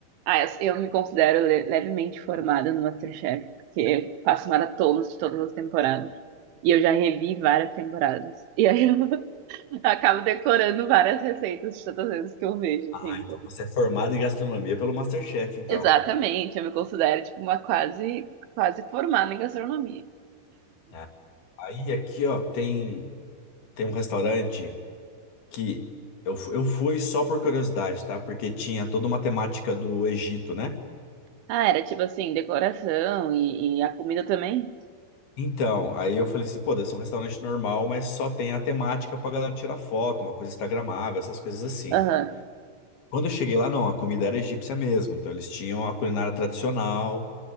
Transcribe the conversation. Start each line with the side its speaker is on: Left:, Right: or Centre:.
Right: Ah, eu, eu me considero le- levemente formada no MasterChef, porque eu faço maratonas de todas as temporadas. E eu já revi várias temporadas. E aí eu <laughs> acabo decorando várias receitas de todas as vezes que eu vejo,
Left: Ah,
Right: assim.
Left: então você é formado em gastronomia pelo MasterChef, então.
Right: Exatamente, eu me considero tipo uma quase quase formada em gastronomia.
Left: É. Aí aqui, ó, tem, tem um restaurante que eu, fu- eu fui só por curiosidade, tá? Porque tinha toda uma temática do Egito, né?
Right: Ah, era tipo assim, decoração e, e a comida também?
Left: Então, aí eu falei assim, pô, deve ser um restaurante normal, mas só tem a temática pra galera tirar foto, uma coisa instagramável, essas coisas assim.
Right: Aham.
Left: Quando eu cheguei lá, não, a comida era egípcia mesmo, então eles tinham a culinária tradicional.